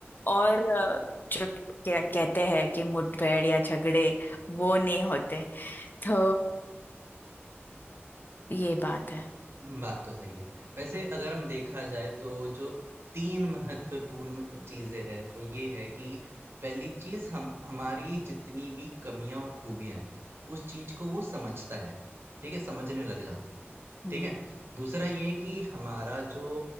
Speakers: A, on the left (about 45°); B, on the right (about 60°).
A: और अ, जो क्या कहते हैं कि मुठभेड़ या झगड़े वो नहीं होते तो ये बात है
B: उम, बात तो सही है। वैसे अगर हम देखा जाए तो जो 3 महत्वपूर्ण चीज़ें हैं, वो ये है कि पहली चीज़ हम हमारी जितनी भी कमियाँ और खूबियाँ हैं, उस चीज़ को वो समझता है, ठीक है? समझने लग जाता है,
A: हम्म
B: ठीक है? दूसरा ये है कि हमारा जो